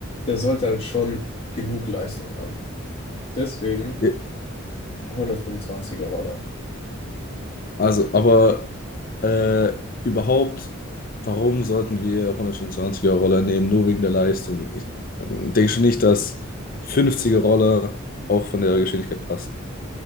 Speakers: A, on the left; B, on the left.
A: der sollte halt schon genug Leistung haben. Deswegen
B: Ja,
A: 125er Roller.
B: Also, aber äh, überhaupt, warum sollten wir 125er-Roller nehmen, nur wegen der Leistung? Ich äh, denke schon nicht, dass 50er-Roller auch von der Geschwindigkeit passen.